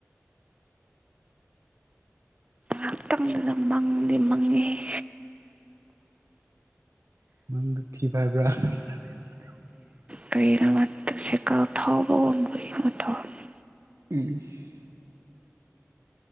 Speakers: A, on the right; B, on the right.
A: ꯉꯥꯏꯍꯥꯛꯇꯪꯗꯨꯗꯥ ꯃꯪꯗꯤ ꯃꯪꯉꯦꯍꯦ <unintelligible> <unintelligible>
B: ꯃꯗ ꯊ ꯍꯥꯏꯕ꯭ꯔꯥ <unintelligible>
A: ꯀꯔꯤꯔꯥ ꯁꯥꯏꯀꯜ ꯊꯥꯎꯕꯒꯨꯝ ꯀꯔꯤꯒꯨꯨꯝ ꯇꯧꯔꯝꯃꯦ
B: ꯏꯤꯁ